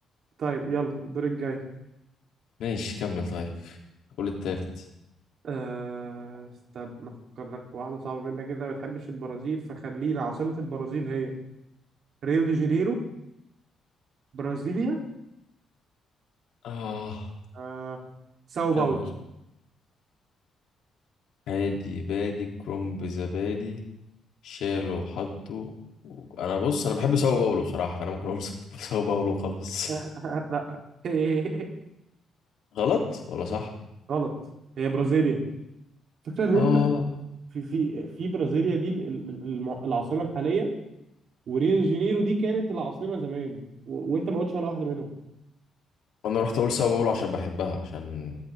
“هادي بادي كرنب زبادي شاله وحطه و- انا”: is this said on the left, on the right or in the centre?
Left